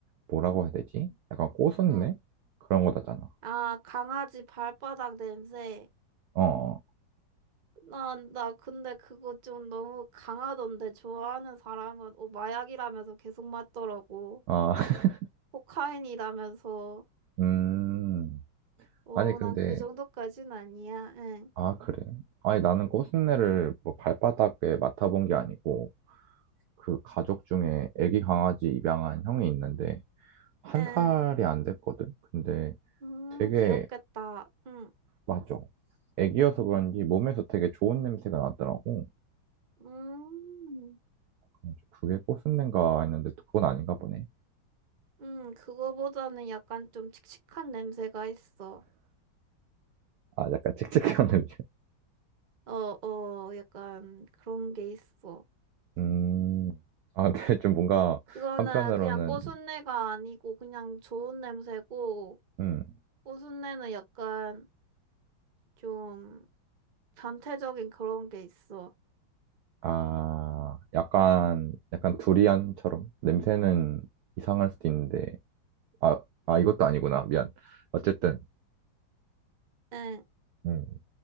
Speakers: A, on the right; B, on the right.
A: 뭐라고 해야 되지? 약간 꼬순내
B: 응.
A: 그런 거다잖아.
B: 아, 강아지 발바닥 냄새.
A: 어. 어.
B: 나, 나 근데 그거 좀 너무 강하던데 좋아하는 사람은 어, 마약이라면서 계속 맞더라고.
A: 아, <laughs>
B: 코카인이라면서.
A: 음.
B: 오,
A: 아니 근데
B: 난 그 정도까진 아니야. 응,
A: 아 그래. 아니 나는 꼬순내를 뭐 발바닥에 맡아본 게 아니고 그 가족 중에 애기 강아지 입양한 형이 있는데 한
B: 응.
A: 살이 안 됐거든. 근데
B: 음,
A: 되게
B: 귀엽겠다. 응,
A: 맞아. 애기여서 그런지 몸에서 되게 좋은 냄새가 나더라고.
B: 음,
A: 그래서 그게 꼬순내인가 했는데 그건 아닌가 보네.
B: 음, 그거보다는 약간 좀 칙칙한 냄새가 있어.
A: 아, 약간 칙칙한네요
B: 어, 어, 약간 그런 게 있어.
A: <laughs> 음, 아, 근데 좀 뭔가
B: 그거는
A: 한편으로는,
B: 그냥 꽃순내가 아니고 그냥 좋은 냄새고,
A: 음,
B: 꽃순내는 약간 좀 변태적인 그런 게 있어.
A: 아, 약간, 약간 두리안처럼 냄새는 이상할 수도 있는데, 아, 아, 이것도 아니구나. 미안. 어쨌든,
B: 응,
A: 음,